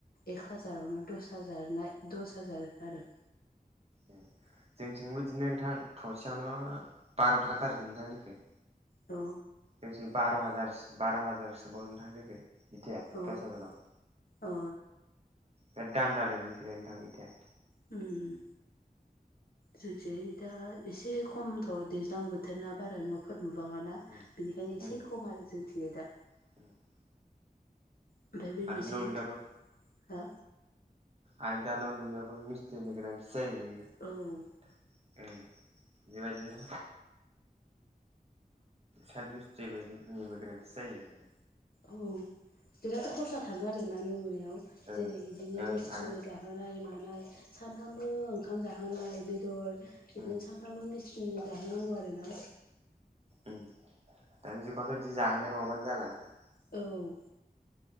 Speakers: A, on the left; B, on the right.
A: एक हाजारावनो दस हाजारना दस हाजार आरो
B: ए जोंथिंबो इदिनो नोंथां थसेयावनो बार थाखाथार नोंथां जोंनिखै
A: अ
B: जोंनिथि बार हाजारसो बार हाजारसोबाव नोथां जोंनिखै मिथिया
A: अ
B: दस हाजाराव
A: अ
B: बिराद दाम जादों जोंनिथिंजाय नोंथां इथाया
A: ओम जोंनिथिंजाय दा एसे खमथ' दैज्लां बोथोरा बारा न' फोर लुबाङाना
B: उम
A: बेनिखायनो एसे
B: उम
A: खम आरो जोंनिथिंजाय दा
B: <inaudible>
A: ओमफ्राय बै
B: आरो
A: मोनसे
B: न' लुनायावबो
A: इथा हो
B: आरो दा न लुनायावबो मिसथ्रिनि गोनांथि जायो
A: औ
B: ओम बेबायदिनो साद मिस्थ्रिबो निबो गोनांथि जायो आरो
A: औ बिराद खरसा थाङो आरो ना न' लुनायाव
B: ओं
A: जेरै बिदिनो
B: ओं
A: मिस्थ्रिनो
B: आरो
A: जा जाहोनाय मानाय सामफ्रामबो ओंखाम जाहोनाय बेदर बिदिनो
B: उम
A: सानफ्रामबो मिस थ्रिनो जाहोनांगौ आरोना
B: ओम दानि जुगावथ' जि जाहोनाय नङाबानो जाला नोंथां
A: औ